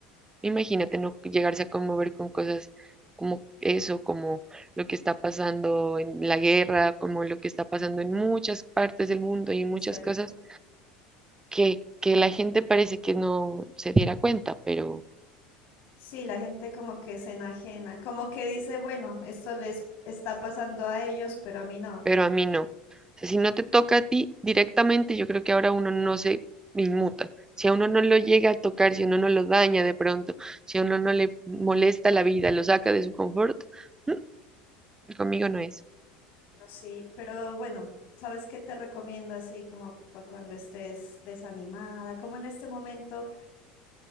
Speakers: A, on the right (about 15°); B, on the left (about 60°).
A: imagínate no llegarse a conmover con cosas como eso, como lo que está pasando en la guerra, como lo que está pasando en muchas partes del mundo y muchas
B: ¿cierto?
A: cosas que, que la gente parece que no se diera cuenta, pero,
B: Sí, la gente como que se enajena, como que dice, bueno, esto les está pasando a ellos, pero a mí no.
A: pero a mí no. O sea, si no te toca a ti directamente, yo creo que ahora uno no se inmuta. Si a uno no lo llega a tocar, si a uno no lo daña de pronto, si a uno no le molesta la vida, lo saca de su confort, mm, conmigo no es.
B: No, Sí, pero bueno, ¿sabes qué te recomiendo así como para cuando estés desanimada? Como en este momento.